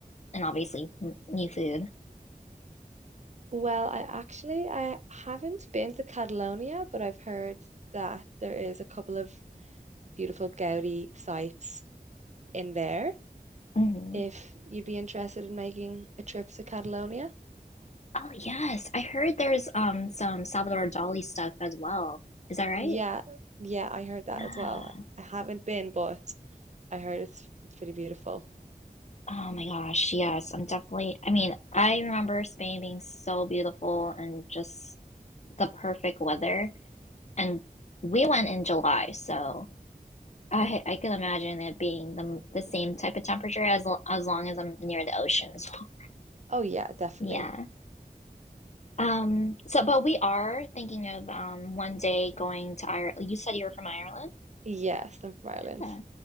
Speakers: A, on the left (about 45°); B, on the right (about 50°).
A: and obviously m- new food.
B: Well, I actually I haven't been to Catalonia, but I've heard that there is a couple of beautiful Gaudi sites in there
A: hmm
B: if you'd be interested in making a trip to Catalonia.
A: Oh yes, I heard there's um some Salvador Dali stuff as well. Is that right?
B: Yeah, yeah, I heard that
A: Yeah.
B: as well. I haven't been, but I heard it's it's pretty beautiful.
A: Oh my gosh, yes, I'm definitely. I mean, I remember Spain being so beautiful and just the perfect weather. And we went in July, so I I can imagine it being the the same type of temperature as l- as long as I'm near the ocean as well.
B: Oh yeah, definitely.
A: <laughs> Yeah. Um. So, but we are thinking of um one day going to Ireland. You said you were from Ireland.
B: Yes, I'm from Ireland.
A: Yeah.